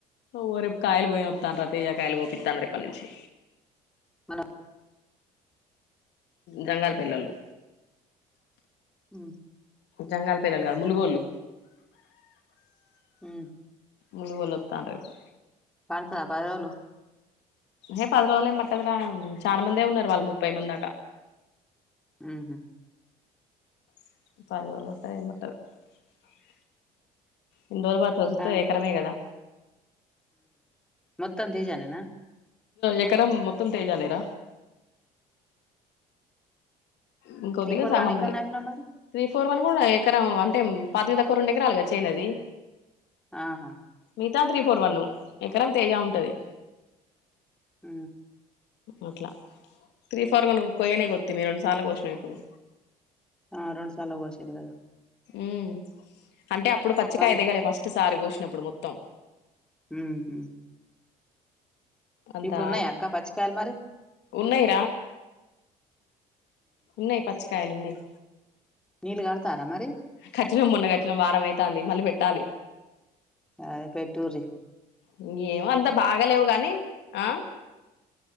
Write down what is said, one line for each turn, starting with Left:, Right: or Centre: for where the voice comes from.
Left: ఓ రేపు కాయలు పోయిస్తాను తజ కాయలు పోపితాను రేప్పటి నుంచి
Centre: మన
Left: గంగాల్ పిల్లళు
Centre: హ
Left: జంగాల్ పిల్లలు కాదు ములుగోళ్ళు
Centre: హ
Left: ములుగోళ్ళు వత్తండ్రు రేపు
Centre: పడుసద పదలుు
Left: ఏ పది రోజులు పట్టదరా చాలా మందే ఉన్నారు వాళ్ళు ముప్పై మందకా
Centre: ఆహ
Left: <unintelligible> ఎన్నిరోజులు పడతాది తో
Centre: అన్
Left: ఎకరమే కదా
Centre: మొత్తం తేజనేన
Left: ఎకర మొత్తం తేజానేర ఇం కొద్దిగా
Centre: త్రీ ఫోర్
Left: సహము
Centre: వన్ ఎక్కడని నాటినావ్ మరి
Left: త్రీ ఫోర్ వన్ కూడా ఎకరం అంటే పాతిక తకువ రెండు ఎకరాలుగా చేనది
Centre: ఆహా
Left: మితా తీ ఫోర్ వన్ ఎకరం తేజ ఉంటది
Centre: అ
Left: అట్లా త్రీ ఫోర్ కొక్కయనే కొత్తి మీ రెండుసార్లు కో వచ్చసినాం ఇప్పుడు
Centre: ఆ రెండు సాల పోసర కదా
Left: ఊ అంటే అప్పుడు పచ్చికాయ
Centre: మళ్
Left: దిగలే ఫస్ట్ సారి కోసినప్పుడు మొత్తం.
Centre: ఊహు
Left: అంతా
Centre: ఇప్పుడున్నాయ అక్క పచ్చికాయాలు మరి
Left: ఉన్నాయి ఉన్నాయ్ పచ్చికాయలున్నాయ్.
Centre: నీళ్ గడతారా మరి
Left: కట్టినం మొన్న కట్టినం వారం అయితాంది మళ్ళీ పెట్టాలి.
Centre: అదే పెట్టుర్రి.
Left: ఇన్గేమో అంత బాగలేవు గాని ఆ